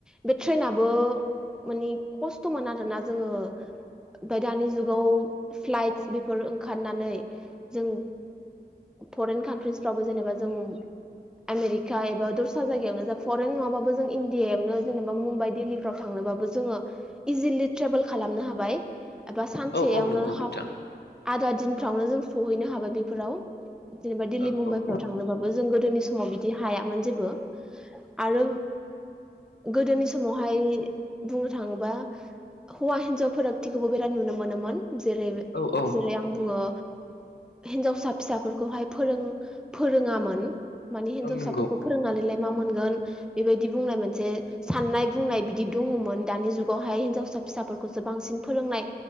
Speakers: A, in the centre; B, on the left (about 80°).
A: बे ट्रेनाबो मानिे खस्थ'मोन आरोना जोङो ओमफाय दानि जुगाव फ्लाइटस बेफोर ओंखारनानै जों फरेन कान्ट्रिसफ्रावबो जेनेबा जों आमेरिका एबा दस्रा जायगायावनो जा फरेन नङाबो जों इण्डियायावनो जेनेबा मुम्बाइ दिल्लीफ्राव थांनोबा बो जोङो इजिलि ट्रेभेल खालामनो हाबाय एबा सानसेयावनो
B: औ औ नंगौ
A: हाब
B: नोंथां
A: आदा दिनफ्रावनो जों सौहैनो हाबाय बेफोराव जेनेबा दिल्ली
B: औ
A: मुम्बाइफ्राव
B: औ
A: थांनोबाबो जों गोदोनि समाव बिदि हायामोन जे बो आरो गोदोनि समावहाय बुंनो थाङोबा हौवा हिनजाव फारागथिखौबो बिराद नुनो मोनोमोन। जेरै
B: औ औ
A: जेरै आं बुङो हिनजावसा फिसाफोरखौहाय फोरों फोरोङामोन मानि हिन्जावसाफोरखौ
B: औ नंगौ
A: फोरोंनानैलाय मा मोनगोन बेबायदि बुंनाय मोनसे साननाय बुंनाय बिदि दङमोन दानि जुगावहाय हिनजावसा फिसाफोरखौसो बांसिन फोरोंनाय